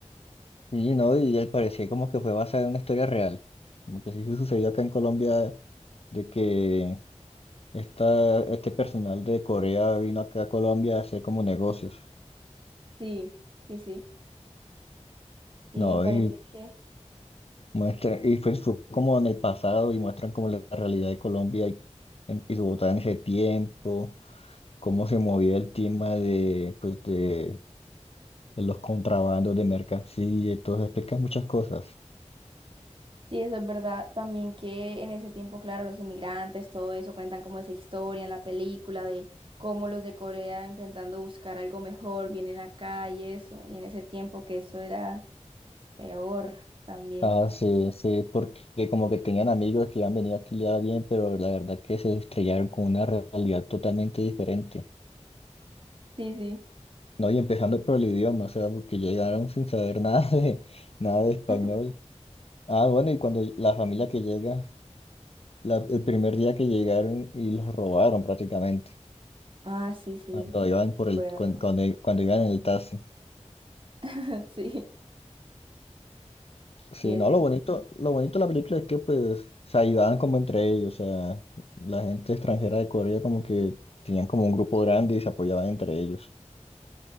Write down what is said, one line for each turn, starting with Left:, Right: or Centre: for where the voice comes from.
Left: Sí, no, y al parecer como que fue basada en una historia real. Como que sí sucedió acá en Colombia de que esta, este personal de Corea vino acá a Colombia a hacer como negocios.
Right: Sí, sí, sí. Sí,
Left: No,
Right: me parece
Left: y
Right: que
Left: muestra, y fue, fue como en el pasado y muestran como la realidad de Colombia y, en- y Bogotá en ese tiempo, cómo se movía el tema de, pues de en los contrabandos de mercancía y todo, eso, explica muchas cosas.
Right: sí, eso es verdad. También que en ese tiempo, claro, los inmigrantes, todo eso, cuentan como esa historia en la película de cómo los de Corea intentando buscar algo mejor vienen acá y eso. Y en ese tiempo que eso era. Peor también.
Left: Ah, sí, sí, porque como que tenían amigos que han venido aquí ya bien, pero la verdad que se estrellaron con una realidad totalmente diferente.
Right: Sí, sí.
Left: No, y empezando por el idioma, o sea, porque llegaron sin saber <laughs> nada de, nada de español.
Right: <laughs>
Left: Ah, bueno, y cuando la familia que llega, la- el primer día que llegaron y los robaron prácticamente,
Right: Ah, sí, sí,
Left: cuando iban por
Right: me acuerdo.
Left: el, cuan- cuando, cuando iban en el taxi.
Right: <laughs> Sí.
Left: Sí,
Right: Sí, eso.
Left: no, lo
Right: es
Left: bonito,
Right: verdad.
Left: lo bonito de la película es que pues se ayudaban como entre ellos, o sea, la gente extranjera de Corea como que tenían como un grupo grande y se apoyaban entre ellos.